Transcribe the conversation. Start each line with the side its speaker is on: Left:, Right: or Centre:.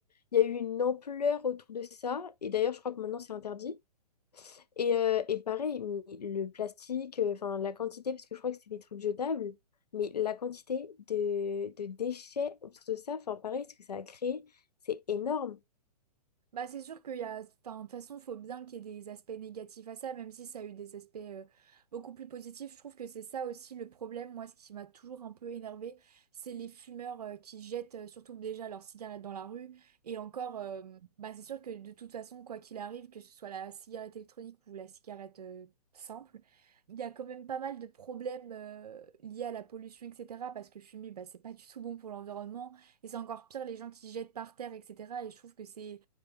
Left: il y a eu une ampleur autour de ça. Et d'ailleurs, je crois que maintenant, c'est interdit. Et, euh, et pareil, mais le plastique, euh, enfin la quantité, parce que je crois que c'est des trucs jetables, mais la quantité de, de déchets autour de ça, enfin pareil, ce que ça a créé, c'est énorme.
Right: Bah, c'est sûr qu'il y a, enfin, de toute façon, il faut bien qu'il y ait des aspects négatifs à ça, même si ça a eu des aspects euh, beaucoup plus positifs. Je trouve que c'est ça aussi le problème. Moi, ce qui m'a toujours un peu énervée, c'est les fumeurs euh, qui jettent euh, surtout déjà leur cigarette dans la rue. Et encore, euh, bah, c'est sûr que de toute façon, quoi qu'il arrive, que ce soit la cigarette électronique ou la cigarette euh, simple, il y a quand même pas mal de problèmes euh, liés à la pollution, etc. Parce que fumer, bah, c'est pas du tout bon pour l'environnement. Et c'est encore pire les gens qui jettent par terre, etc. Et je trouve que c'est